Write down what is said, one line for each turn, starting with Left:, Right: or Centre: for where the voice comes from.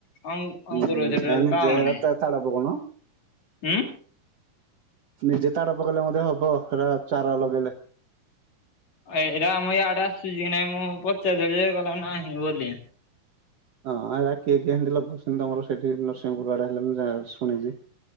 Left: ଅଂ ଅଙ୍ଗୁର
Right: ଉଁ
Left: ଗଛ ଟୋଟାଲି
Right: ଏ ନିଜେ
Left: ପାଉନି,
Right: ହେରା ତା ତାଳ ପକଉନ।
Left: ହୁଁ
Right: ନିଜେ ତାଡା ପକେଇଲେ ମଧ୍ୟ ହବ ହେରା ଚାରା ଲଗେଇଲେ।
Left: ଏଇ ଏଇଟା ଆମ ଇଆଡେ ଆସୁଛି କି ନାଇଁ ମୁଁ ପଚାରିଲି ଯେ କହିଲା ନାହିଁ ବୋଲି।
Right: ହଁ ଆ କିଏ କିଏ ଏମିତି ଲଗୁଛନ୍ତି ତମର ସେଠି ନରସିଂହପୁର ଆଡା ହେଲେ ଯାହା ମୁଁ ଶୁଣିିଛି।